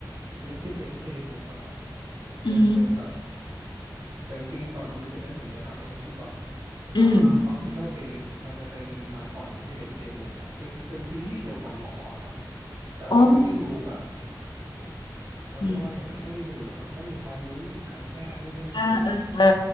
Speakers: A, on the right (about 60°); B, on the left (about 75°).
A: Resident Playbook อะครับ
B: อืม
A: เป็นเป็นแบบแต่จริงๆก่อนดู Resident ผมแนะนำไอ้นี้ดีกว่า
B: อืม
A: อ่า Hospital Playlist มันจะเป็นมาก่อน Resident Playbook ครับจะเป็นซีรีส์เกี่ยวกับหมอครับแต่ว่าไม่ได้ดูแบบ
B: โอ้
A: เขาเรียกว่าไงนะไม่ได้ดูแล้วแบบต้องมีความรู้เรื่องการแพทย์นู่นนี่นั่นคือ
B: ยเออเออเออ